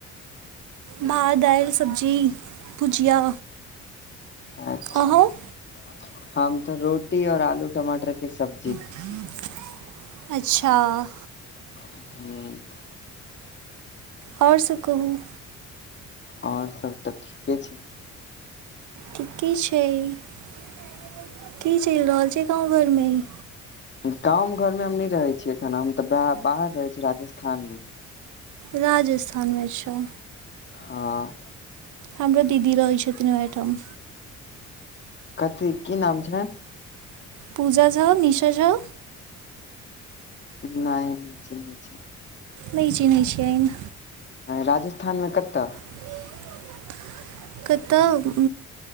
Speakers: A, on the right; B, on the left.
A: भात दाइल सब्जी <inaudible> भुजिया
B: अच्छा
A: अहूँ
B: <inaudible> हम तऽ रोटी और आलू टमाटर केँ सब्जी
A: <unintelligible> अच्छा
B: हू <unintelligible>
A: और सब कहू
B: और सब तऽ ठीके छै
A: ठीकेँ छै <inaudible> की चैल रहल छै गाँव घर में ई
B: गाँव घर में हम नै रहै छियै एखन हम तऽ बै बाहर रहै छिये राजस्थान में
A: राजस्थान में छ
B: हँ
A: हमरो दीदी रहै छथिन वहै ठाम
B: कथी की नाम छैन
A: पूजा झा निशा झा
B: नै नई चिन्हे छै
A: नै चिनहाइ छियेन
B: राजस्थान में कऽ तऽ
A: <inaudible> क तऽ